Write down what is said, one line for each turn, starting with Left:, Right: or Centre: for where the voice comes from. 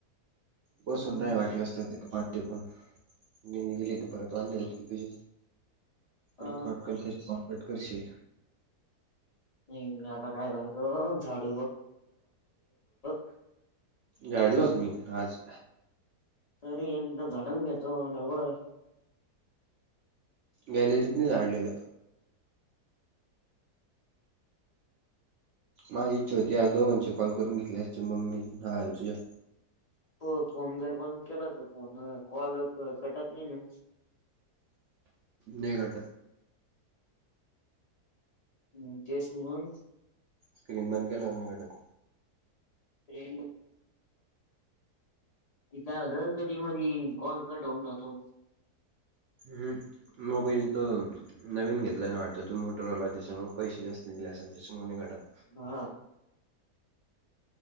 Right: बसून
Left: हम्म
Right: राय वाटलंस तर तिथं, पाठ टेकून रेंज गेली तर परत वांदे होतील. तुझ
Left: अ
Right: परत कॉट कट, कर कॉट कट करशील.
Left: नाही आता काय तर <unintelligible>
Right: झाडलं होतं मी आज.
Left: अरे एकदा झाडून घेतो डबल.
Right: गॅलरीत नाही झाडलेलं. माझी इच्छा होती. आज दोघांनची कॉल करून घेतली असती मम्मी <unintelligible> तुझ्या.
Left: प फोन जर बंद केला तर फोन कॉल कटतली नाही ना.
Right: नाही <unintelligible>
Left: हम तेच मगं.
Right: स्क्रीन बंद केल्यावर नाही गटत.
Left: ते काय होतं, कधी मधी. कॉल कट होऊन जातो.
Right: हम मोबाईल तो. नवीन घेतला नाही वाटतं. तू मोटरवालय त्यांच्यामुळे पैसे जास्त दिले असेल, त्यांच्यामुळे नाही घाटत.
Left: हां.